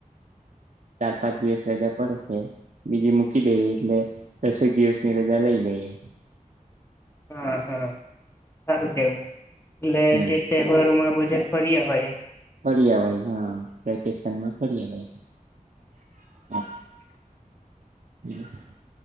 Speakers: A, on the right; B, on the left.
A: ચાર પાંચ દિવસ રજા પડ સે. બીજી મૂકી દઈ એટલે દસેક દિવસની રજા લઈ લઈએ.
B: હા હા સારું કેહેવાય
A: હમ
B: એટલે તે. તહેવારોમાં બધા ફરી આવાય એમ.
A: ફળિઅવાય હા વેકેશનમાં ફળિઅવાય. હ <inaudible>